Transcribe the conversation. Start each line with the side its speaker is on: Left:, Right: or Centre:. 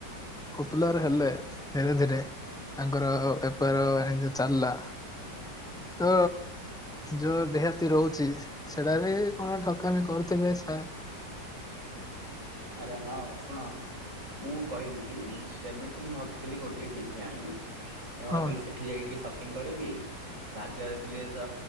Centre: ଉପୁଲାରେ ହେଲେ ଧୀରେ ଧୀରେ ତାଙ୍କର ବେପାର ବାଣିଜ୍ୟ ଚାଲିଲା। ତ ଯୋଉ ଦେହାତି ରହୁଚି ସେଟାବି କଣ ଠକାମି କରୁଥିବେ ସାର୍।
Right: ଆରେ ହଁ ଶୁଣ ମୁଁ କହିଲି କି ଯେମିତି ମୁଁ ଭାବୁଥିଲି ଗୋଟିଏ ଟିଭି ଆଣିବି। ମୁଁ ଭାବିଲି
Centre: ହଁ
Right: ସେଠି ଯାଇକି ଟିକେ ସପିଙ୍ଗ କରିବି ଭାଗ୍ୟରେ ଥିଲେ ତ